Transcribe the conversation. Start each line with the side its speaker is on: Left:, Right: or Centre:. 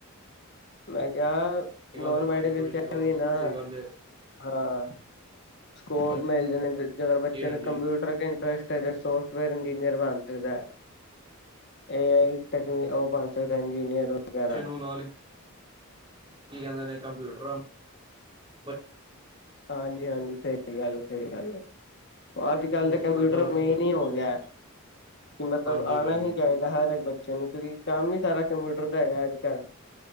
Left: ਮੈਂ ਕਿਹਾ,
Right: ਸਹੀ
Left: ਨੋਨ
Right: ਗੱਲ ਹੈ
Left: ਮੈਡੀਕਲ
Right: ਭਾਜੀ ਬੜੀ
Left: ਚ
Right: ਅਹ,
Left: ਵੀ
Right: ਬਿਲਕੁਲ
Left: ਨਾ,
Right: ਸਹੀ ਗੱਲ ਹੈ
Left: ਹਾਂ ਸਕੋਪ
Right: ਹਾਂਜੀ
Left: ਮਿਲਦੇ ਨੇ ਜੇਕਰ ਬੱਚੇ
Right: ਹਾਂਜੀ
Left: ਨੂੰ ਕੰਪਿਊਟਰ ਇੰਟਰਸਟ ਫਿਰ ਸੋਫਟਵੇਅਰ ਇੰਜੀਨੀਅਰ ਬਣ ਸਕਦਾ ਏ ਆਈ ਟਕਨੀ ਉਹ ਬਣ ਸਕਦਾ ਇੰਜੀਨੀਅਰ। ਵਗੈਰਾ
Right: ਚਨੋ ਨਾਲ, ਕੀ ਕਹਿੰਦੇ ਨੇ ਕੰਪਿਊਟਰਾਂ ਨੂੰ, ਬ-
Left: ਹਾਂਜੀ ਹਾਂਜੀ ਸਹੀ ਗੱਲ ਸਹੀ ਗੱਲ ਹੈ। ਅੱਜ ਕੱਲ੍ਹ
Right: ਹੋਰ
Left: ਦੇ ਕੰਪਿਊਟਰ
Right: ਕਰਦਾ ਹੋਰ।
Left: ਮੇਨ ਹੀ ਹੋ ਗਿਆ। ਕਿ ਮਤਲਬ
Right: ਹਾਂਜੀ
Left: ਆਉਣਾ
Right: ਭਾਜੀ
Left: ਹੀ ਚਾਹੀਦਾ ਹਰ ਇੱਕ ਬੱਚਾ ਬੱਚਿਆ ਨੂ <unintelligible> ਕੰਮ ਹੀ ਸਾਰਾ ਕੰਪਿਊਟਰ। ਦਾ ਹੈਗਾ ਅੱਜ ਕੱਲ੍ਹ